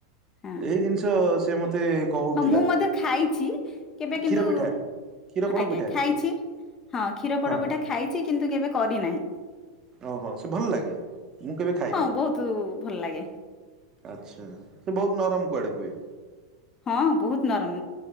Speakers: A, on the left; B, on the right.
A: ହଁ
B: ଏଇ ଜିନିଷ ସେ ମତେ କହୁଥିଲା
A: ହଁ ମୁଁ ମଧ୍ୟ ଖାଇଛି କେବେ
B: କ୍ଷୀର
A: କିନ୍ତୁ
B: ପିଠା କ୍ଷୀର ପୋଡ
A: ଆଜ୍ଞା
B: ପିଠା
A: ଖାଇଛି। ହଁ କ୍ଷୀର ପୋଡ
B: ହଁ
A: ପିଠା ଖାଇଛି କିନ୍ତୁ କେବେ କରିନାହିଁ।
B: ଓହୋ ସେ ଭଲ ଲାଗେ ମୁଁ କେବେ ଖାଇନି।
A: ହଁ ବହୁତ ଭଲ ଲାଗେ
B: ଆଚ୍ଛା ସେ ବହୁତ ନରମ କୁଆଡ଼େ ହୁଏ।
A: ହଁ ବହୁତ ନରମ